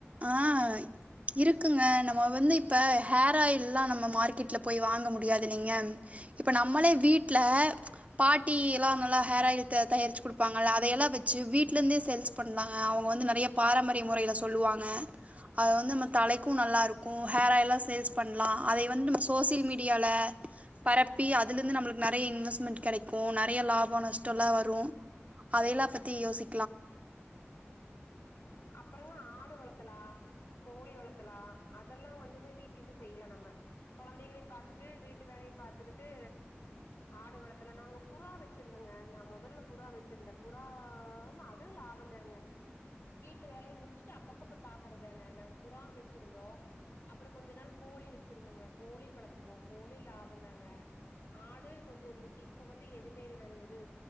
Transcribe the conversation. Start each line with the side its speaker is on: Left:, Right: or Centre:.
Right: ஆ இருக்குங்க நம்ம வந்து இப்ப ஹேர் ஆயில்லா நம்ம மார்க்கெட்ல போய் வாங்க முடியாதுல்லைங்க இப்போ நம்மளே வீட்ல பாட்டி எல்லா நல்லா ஹேர் ஆயில் த தயார்ச்சு குடுப்பாங்கள அதையெல்லா வெச்சு வீட்டுலேந்தே சேல்ஸ் பண்ணாங்க அவ்ங்க வந்து நறைய பாரம்பரிய முறைல சொல்லுவாங்க அது வந்து நம்ம தலைக்கு நல்லாருக்கு ஹேர் ஆயில்லா சேல்ஸ் பண்லா அதை வந்து நம்ம சோசியல் மீடியால பரப்பி அதுலருந்து நம்ளுக்கு நெறைய இன்வெஸ்ட்மென்ட் கெடைக்கு நெறைய லாபோ நஷ்டோல்லா வரு அதையெல்லா பத்தி யோசி
Left: அப்பறங்க ஆடு வளத் தலா கோழி வளத்தலா அதெல்லா கொஞ்சமே வீட்லருந்து செய்யலா நம்ம கொழந்தைகளையு பாத்துட்டு வீட்டு வேலையு பாத்துக்கிட்டு ஆடு வளத்துல நாங்க புறா வெச்சிருந்தங்க நா மொதல்ல புறா வெச்சிருந்தே புறா ம் அது <unintelligible> லாபந்தானுங்க வீட்டு வேலய முடிச்சுட்டு அப்பப்ப போய் பாக்கற தான நாங்க புறா வெச்சிருந்தோ அப்பறோ கொஞ்ச நாள் கோழி வெச்சிருந்தங்க கோழி வளத்துவோ கோழி லாபந்தாங்க ஆடு கொஞ்ச இருந்துச்சு இப்ப வந்து எதுமே இல்ல நாங்க இது